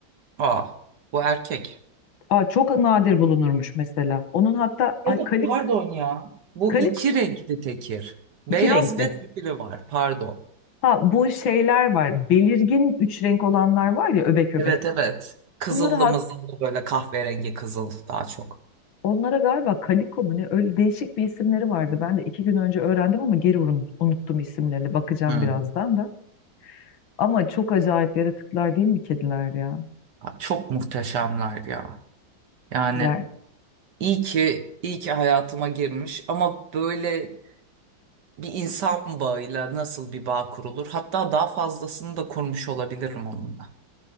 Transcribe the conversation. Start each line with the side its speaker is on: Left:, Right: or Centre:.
Right: Ah, bu erkek.
Left: Aa, çok nadir bulunurmuş mesela. Onun hatta ay,
Right: Ya da
Left: kalik,
Right: pardon ya. Bu
Left: kalik
Right: iki renkli tekir. Beyaz
Left: iki renkli.
Right: ve tekiri var pardon.
Left: Ha, bu şeyler var. Belirgin üç renk olanlar var ya öbek öbek.
Right: Evet evet. Kızıllı
Left: Bunları
Right: mızıllı böyle kahverengi kızıl daha çok.
Left: Onlara galiba Kaliko mu ne öyle değişik bir isimleri vardı. Ben de iki gün önce öğrendim ama geri un- unuttum isimlerini. Bakacağım
Right: Hı.
Left: birazdan da. Ama çok acayip yaratıklar değil mi kediler ya?
Right: Abi Çok muhteşemler ya. Yani
Left: Yani,
Right: iyi ki iyi ki hayatıma girmiş ama böyle bir insan bağıyla nasıl bir bağ kurulur? Hatta daha fazlasını da kurmuş olabilirim onunla.